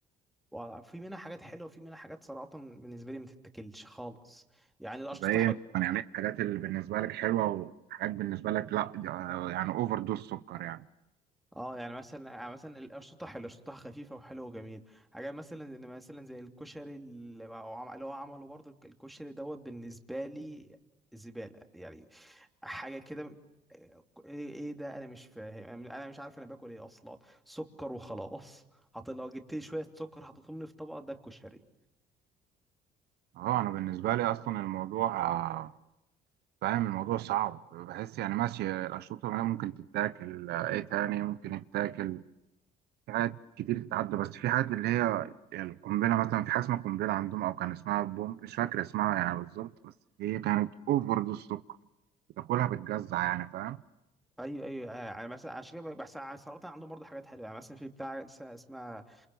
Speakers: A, in the centre; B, on the right.
A: وفي منها حاجات حلوه وفي منها حاجات صراحه بالنسبه لي ما تتاكلش خالص يعني القشطه
B: يبقى ايه
A: حلوه
B: يعني الحاجات اللي بالنسبه لك حلوه وحاجات بالنسبه لك لا دي- آه، يعني اوفر دوز سكر يعني
A: اه يعني مثلا يعني مثلا الاشطه حلوه الاشطه خفيفه وحلوه وجميل حاجات مثلا ان مثلا زي الكشري اللي هو عم- اللي هو عمله برضو الكشري دوت بالنسبه لي زباله يعني حاجه كده ايه إيه ده انا مش فاهم انا مش عارف انا باكل ايه اصلا سكر وخلاص حط لو جبت لي شويه سكر حطيتهم لي في طبق ده الكشري
B: اه انا بالنسبه لي اصلا الموضوع آه، فاهم الموضوع صعب بحس يعني ماشي الاشروط الغذائيه ممكن تتاكل آه، ايه تاني ممكن يتاكل في حاجات كتير تتعدى بس في حاجات اللي هي القنبله مثلا في حاجه اسمها قنبله عندهم او كان اسمها بوم مش فاكر اسمها يعني بالظبط بس هي كانت اوفر دوز سكر بتاكلها بتجزع يعني فاهم
A: ايوه ايوه آه، يعني مثلا عشان كده بحس صراحه عندهم برضه حاجات حلوه يعني مثلا في بتاع لسه اسمها